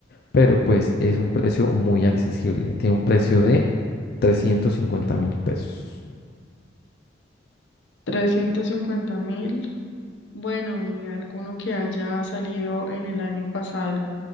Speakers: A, on the left (about 60°); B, on the left (about 85°).
A: pero pues es un precio muy accesible. Tiene un precio de trescientos cincuenta mil pesos.
B: trescientos cincuenta mil. Bueno, y alguno que haya salido en el año pasado